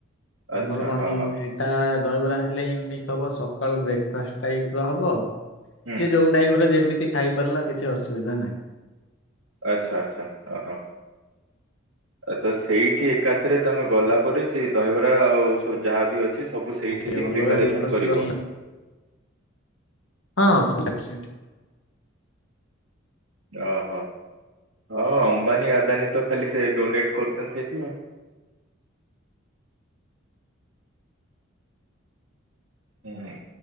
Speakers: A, on the right; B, on the left.
A: ଆଚ୍ଛା
B: ଆମର କଣ
A: ହଁ ହଁ
B: ତା ଦହିବରା ହେଲେ ୟୁନିକ୍ ହବ ସକାଳୁ ବ୍ରେକ ଫାଷ୍ଟ ଟାଇପ ର ହବ
A: ହୁଁ
B: ଯିଏ ଯୋଉ ଟାଇପର ଯେମିତି ଖାଇ ପାରିଲା କିଛି ଅସୁବିଧା ନାହିଁ।
A: ଆଚ୍ଛା ଆଚ୍ଛା ଓ ହୋ। ଆ ତ ସେଇଠି ଏକାଥରେ ତମେ ଗଲା ପରେ ସେଇ ଦହିବରା ଆଉ ସବୁ ଯାହାବି ଅ ସବୁ ସେଇଠି
B: ସେ
A: ହିଁ
B: ଅଲଗା
A: ପ୍ରିପାରେସନ୍
B: ଗ୍ରୁପ୍ ର ସବୁ
A: କରିବ।
B: ଯୋଉ ହଁ ସବୁ ସେଇଠି।
A: ଓହୋ ହଁ ଅମ୍ବାନୀ ଆଦାନୀ ତ ଖାଲି ସେ ଡୋନେଟ କରୁଛନ୍ତି। ସେଠିଆଉ। ହୁଁ ହୁଁ।